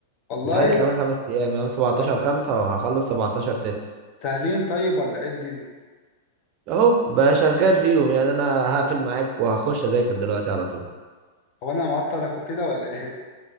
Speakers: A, on the left; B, on the right.
A: والله
B: امتحاناتي كمان خمس أيام يوم 17
A: طب
B: 5 وهخلص 17 6
A: سهلين طيب ولا ايه الدنيا
B: أهو بقى شغال فيهم يعني أنا هقفل معاك وهخش أذاكر دلوقتي على طول
A: هو انا معطلك وكده ولا ايه